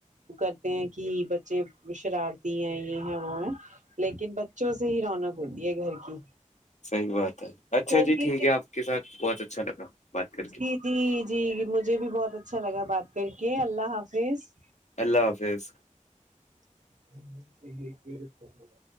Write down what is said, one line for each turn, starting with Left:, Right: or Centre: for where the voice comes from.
Right: کرتے ہیں کہ بچے شرارتی ہیں یہ وہ ہیں لیکن بچوں سے ہی رونق ہوتی ہے گھر کی
Left: صحیح بات ہے اچھا
Right: چلیے
Left: جی ٹھیک ہے آپ کے ساتھ بہت اچھا لگا بات کر کے
Right: جی جی جی مجھے بھی بہت اچھا لگا بات کر کے اللہ حافظ
Left: اللہ حافظ
Right: <inaudible>